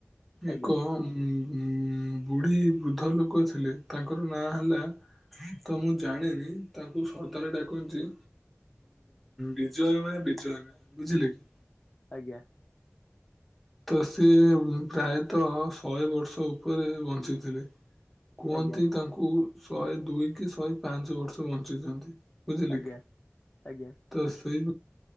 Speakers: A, on the left (about 30°); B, in the centre.
A: ଆଜ୍ଞା
B: ଏକ ଉ ଉଁ ବୁଢୀ ବୃଦ୍ଧ ଲୋକ ଥିଲେ ତାଙ୍କର ନାଁ ହେଲା ତ ମୁଁ ଜାଣିନି ତାକୁ ସରକାର ଡାକୁ ଉଁ ବିଜୟ ମାୟ ବିଜୟ ବୁଝିଲେ କି?
A: ଆଜ୍ଞା।
B: ତ ସିଏ ପ୍ରାୟତଃ ଶହେ ବର୍ଷ ଉପରେ ବଞ୍ଚିଥିଲେ। କୁହନ୍ତି
A: ଆଜ୍ଞା
B: ତାଙ୍କୁ ଶହେ ଦୁଇ କି ଶହେ ପାଞ୍ଚ ବର୍ଷ ବଞ୍ଚିଚନ୍ତି। ବୁଝିଲେକି
A: ଆଜ୍ଞା। ଆଜ୍ଞା
B: ତ ସେଇ